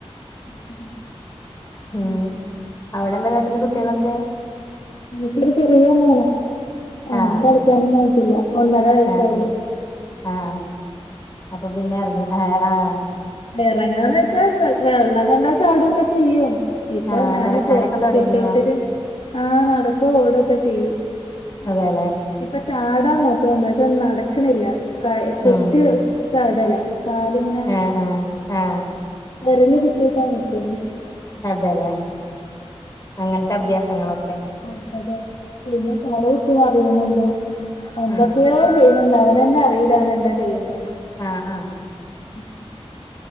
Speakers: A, on the left; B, on the left.
A: <inaudible>
B: ഉം അവിടെ എന്താ കാട്ടണെ കുട്ടിയേളൊക്കെ
A: എനിക്കൊരു ചെറിയ മോനാ അവൻ
B: ആഹ്
A: കളിക്കാനൊന്നും ആയിട്ടില്ല ഒന്നര വയസ്സായോള്ളൂ
B: ആഹ് ആഹ് ആഹ് അപ്പൊ പിന്നെ എറങ്ങി ഏഹ് ആഹ്
A: എറങ്ങാന്ന് വെച്ചാ വെള്ളം കണ്ടാ ചാടൊക്കെ ചെയ്യും ഇപ്പൊ
B: ആ
A: ഞാനും
B: നടക്കാനൊക്കെ
A: പൊറത്ത്
B: തൊടങ്ങിയോ
A: സിറ്റ് ഔട്ടില് ആ നടക്കും ഓടൊക്കെ ചെയ്യും
B: അതെല്ലേ
A: ഇപ്പൊ ചാടാ നോക്കുന്നുണ്ട് പക്ഷെ ഓൻ നടക്കണില്ല കൈ കുത്തി
B: ഉം
A: <unintelligible> കാലിങ്ങനെ
B: ആ ആ ആ
A: വെരല് കുത്തീട്ടാ നിക്ക്ണ്
B: അതെല്ലേ അങ്ങനത്തെ അഭ്യാസങ്ങളൊക്കെ
A: അതെ അതെ പിന്നെ തലകുത്തി മറിയണുണ്ട് എന്തൊക്കെയോ
B: ഉം
A: ചെയ്യുന്നുണ്ട് അവനന്നെ അറിയില്ല അവൻ എന്താ ചെയ്യുന്നേന്ന്
B: ആഹ് ആഹ്
A: <unintelligible>